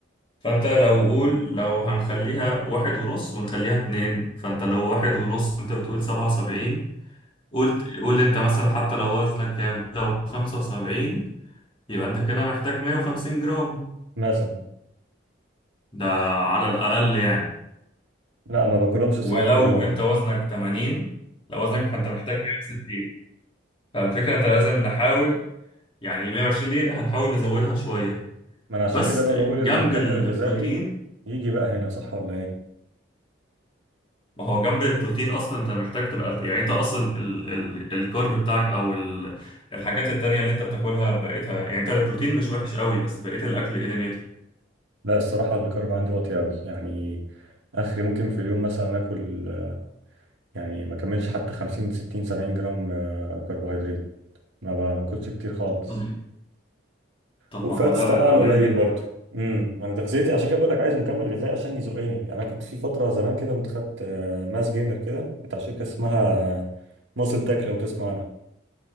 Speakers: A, on the left; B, on the right.
A: فأنت لو قول لو هنخليها واحد ونص ونخليها اتنين فأنت لو واحد ونص أنت بتقول سبعة وسبعين قلت قول أنت مثلا حتى لو وزنك كام لو 75 يبقى انت كده محتاج 150 جرام
B: مثلا
A: ده على الأقل يعني
B: لا ما باكلهمش
A: ولو
B: صراحة في اليوم
A: انت وزنك 80 لو وزنك فانت محتاج 160 فالفكرة انت لازم نحاول يعني 120 دي هنحاول نزودها شوية
B: ما انا عشان
A: بس
B: كده بقى بقول
A: جنب
B: المكمل
A: البروتين
B: الغذائي يجي بقى هنا صح ولا ايه
A: ما هو جنب البروتين اصلا انت محتاج تبقى يعني انت اصلا ال ال الكارب بتاعك او ال الحاجات التانية اللي انت بتاكلها بقيتها يعني انت البروتين مش وحش قوي بس بقيت الاكل ايه دنيته
B: لا الصراحة الكارب عندي واطي قوي يعني اخري ممكن في اليوم مثلا اكل آه، يعني ما اكملش حتى 50 60 70 جرام آه، كربوهيدرات ما ب- ما باكلش كتير خالص
A: طب طب
B: وفاتس
A: ما هو ده
B: طبعا
A: ده قليل
B: قليل
A: جدا
B: برضه امم انا تغذيتي عشان كده بقول لك عايز مكمل غذائي عشان يزقني يعني انا كنت في فترة زمان كده كنت خدت آه، ماس جينر كده بتاع شركة اسمها ماسل تاك لو تسمع عنها